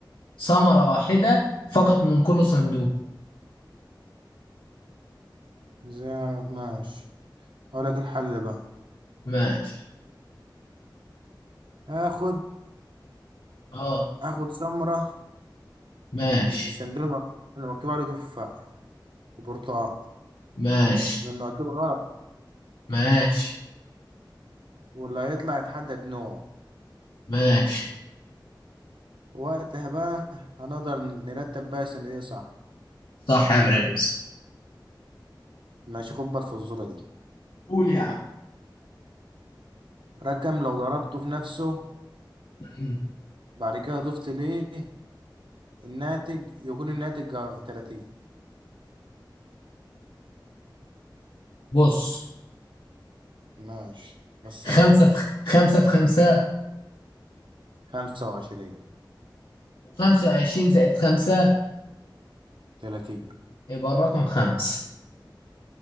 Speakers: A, on the left; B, on the right.
A: ثمرة واحدة فقط من كل صندوق
B: ازاي انا ماشي اقول لك الحل بقى
A: ماشي
B: اخد
A: اه
B: اخد سمره
A: ماشي
B: من السندوتش المك- اللي مكتوب عليه تفاح وبرتقال
A: ماشي
B: لانه اكيد غلط
A: ماشي
B: واللي هيطلع يتحدد نوعه
A: ماشي
B: وقتها بقى هنقدر نرتب بقى السندوتش صح
A: صح يا برنس
B: ماشي خد بالك في الصوره دي
A: قول يا عم
B: رقم لو ضربته في نفسه
A: مم.
B: بعد كده ضفت ليه الناتج يكون الناتج جا- 30
A: بص
B: ماشي نصين
A: خمسة في خمسة في خمسة
B: 25
A: خمسة وعشرين زائد خمسة
B: 30
A: يبقى الرقم خمس